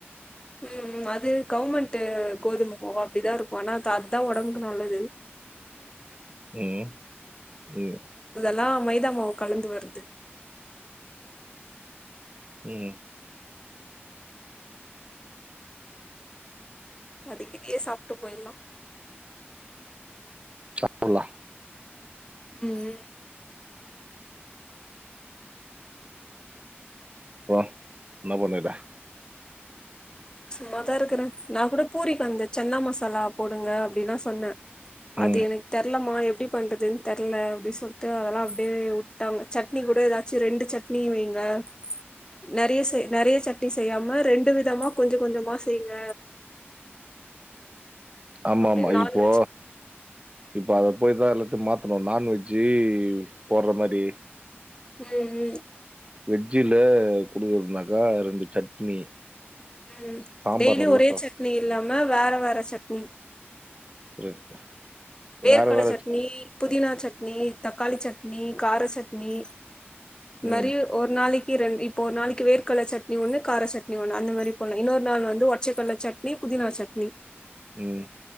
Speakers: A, on the left; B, on the right.
A: ம் ம் அது கவுமெண்ட் கோதும மாவு அப்படிதா இருக்கு ஆனா அதுதா உடம்புக்கு நல்லது
B: ம் ம்
A: எல்லா மைதாமாவு கலந்து வருது
B: ம்
A: அதுக்கு இதையே சாப்ட்டு போயிலா
B: <unintelligible>
A: ம்
B: போ என்ன பண்ணுர
A: சும்மாதா இருக்றே நா கூட பூரிக்கு வந்த சன்னா மசாலா போடுங்க அப்படின்ல்லா சொன்னே அது
B: ம்
A: எனக்கு தெர்லமா எப் எப்டி பண்றதுன்னு தெர்ல அப்டனு சொல்லிட்டு அதெல்லா அப்டியே உட்டாங்க சட்னி கூட எதாச்சு ரெண்டு சட்னி வைங்க அ நறைய நறைய சட்னி செய்யாம ரெண்டு விதமா கொஞ்ச கொஞ்சமா செய்ங்க
B: ஆமா
A: அப்டின்னு
B: ஆமா
A: நான்வெஜ்
B: இப்போ இப்போ அத போய்தா எல்லாத்தையு மாத்தணு நான்வெஜ்ஜு போட்ற மாறி
A: ம் ம்
B: வெஜ்ஜுல குடுக்கறதுனாக்கா ரெண்டு சட்னி
A: ம்
B: சாம்பார்
A: டெய்லி
B: நல்லா
A: ஒரே சட்னி இல்லாம வேற வேற சட்னி
B: <unintelligible>
A: வேர்க்கடல
B: வேற வேற
A: சட்னி புதினா சட்னி தக்காளி சட்னி கார சட்னி இத்
B: ம்
A: மாரி ஒரு நாளைக் இ ரெண்டு இப்ப ஒரு நாளைக்கு வேர்கல்ல சட்னி ஒன்னு‌ கார சட்னி ஒண்ணு அந்த மாறி போல இன்னொரு நாள் வந்து ஒட்ச்ச கல்ல சட்னி பு புதினாச்சட்னி
B: ம்